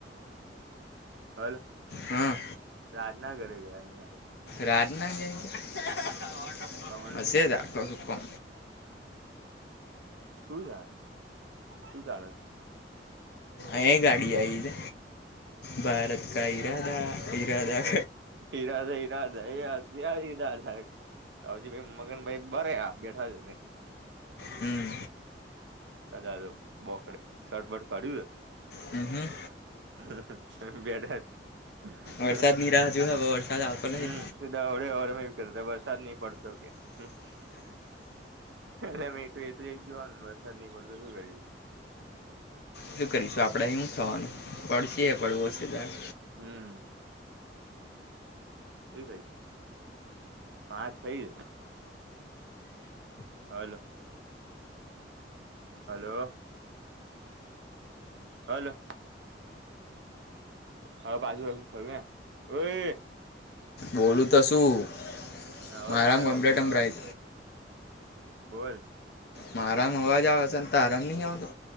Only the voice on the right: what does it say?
હલો
રાજ ના ઘરે ગયા અહિયાં તો.
ખબર નઈ
શું છે શું ચાલે.
ઇરાદા ઇરાદા એ આ <unintelligible> ઇરાદા. સાજી ભાઈ મગન ભાઈ બરે આ બેઠા જ તો.
કદા બોકડે શટબટ કર્યું.
<unintelligible> બેઠા. <unintelligible>
હમ્મ સીધા આવડે આવડે ભાઈ સીધા વરસાદ નહી પડતો કે <unintelligible> એટલે મેં તો એ તો એક જ જોવાનું વરસાદ નહી પડતો શું કરીએ.
હમ્મ. એ થઈ હા થઈ જ. હલો. Hello hello. હવે પાછુ પાછુ <unintelligible> ઓય
હવે
આવે
અવડે
અવાજ. બોલ.